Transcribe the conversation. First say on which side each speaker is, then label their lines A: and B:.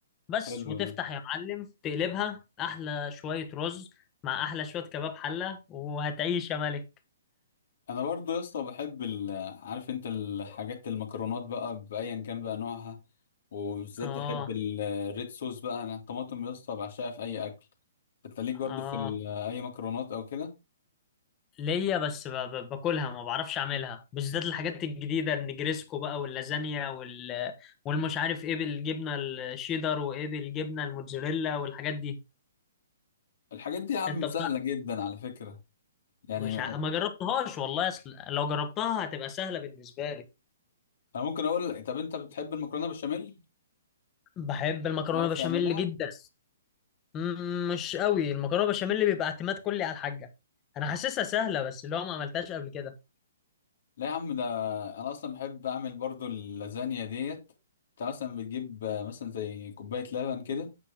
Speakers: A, on the left; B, on the left.
A: بس
B: حلو
A: وتفتح
B: ده
A: يا معلم تقلبها احلى شوية رز مع احلى شوية كباب حلة وهتعيش يا ملك
B: انا برضو يا اسطى بحب ال... عارف انت الحاجات المكرونات بقى بايا كان بقى نوعها وبالذات
A: اه
B: بحب ال- الريد صوص بقى انا الطماطم يا اسطى بعشقها في اي اكل انت ليك
A: اه
B: برضو في ال... اي مكرونات او كده
A: ليا بس ب- ب- باكلها ما بعرفش اعملها بالذات الحاجات الجديدة النجريسكو بقى واللازانيا وال والمش عارف ايه بالجبنة الشيدر وايه بالجبنة الموتزاريلا والحاجات دي
B: الحاجات دي يا عم
A: انت
B: سهله
A: بتاع
B: جدا على فكره يعني
A: مش
B: انا
A: ع... ما جربتهاش والله اصل لو جربتها هتبقى سهلة بالنسبة لي
B: ممكن اقول طب انت بتحب المكرونه بشاميل
A: بحب المكرونة
B: تعرف
A: بشاميل
B: تعملها
A: جدا مم، مش قوي المكرونه بشاميل اللي بيبقى اعتماد كلي على الحاجه انا حاسسها سهله بس اللي هو ما عملتهاش قبل كده
B: لا يا عم ده انا اصلا بحب اعمل برضو اللازانيا ديت انت مثلا بتجيب مثلا زي كوبايه لبن كده